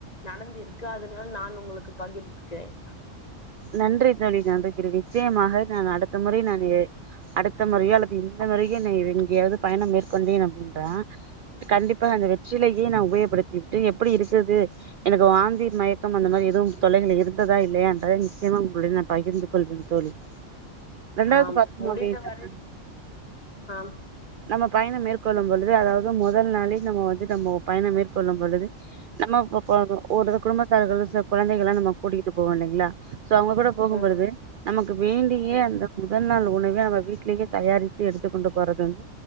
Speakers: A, on the left (about 30°); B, on the right (about 55°).
A: நடந்த இருக்கு அதனால் நான் உங்களுக்கு பகிர்க்கிறேன்
B: நன்றி தோழி நன்றி நிச்சயமாக நான் அடுத்த முறை நான் அடுத்த முறையோ அல்லது இந்த முறையே நீ எங்கேயாவது பயணம் மேற்கொண்டேன் அப்டின்றான் கண்டிபா
A: ம்
B: அந்த வெற்றிலேயே நான் உபயோகப்படுத்தி விட்டு எப்டி இருக்குது எனக்கு வாந்தி மயக்கம் அந்த மாதிரி எதுவு தொல்லைகள் இருந்ததா இல்லயான் நிச்சயமா உங்களுடன் நான் பகிர்ந்து கொள்வேன் தோழி ரெண்டாவது
A: ஆம்
B: பாத்தோம்
A: முடிந்தவரை
B: அப்டின்னா க
A: ஆம்
B: நம்ம பயணம் மேற்கொள்ளும் பொழுது அதாவது முதல் நாளே நம்ம வந்து நம்ம பயணம் மேற்கொள்ளும் பொழுது நம்ம இப்ப ஒரு குடும்பத்தார்கள் சில குழந்தை எல்லாம் நம்ம கூட்டிகிட்டு போவோம் இல்லைங்களா சோ அவங்க கூட போகும்போழுது
A: ம்
B: நமக்கு வேண்டியே
A: ம்
B: அந்த முதல் நாள் உணவே அவ வீட்லயே தயாரித்து எடுத்துக் கொண்டு போறது வந்து